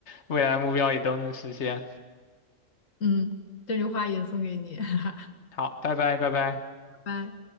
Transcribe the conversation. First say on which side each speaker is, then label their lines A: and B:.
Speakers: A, on the left; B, on the left.
A: 未来目标也都能实现。
B: 嗯，这句话也送给你，<laughs> 拜
A: 好，拜拜拜拜。
B: 拜。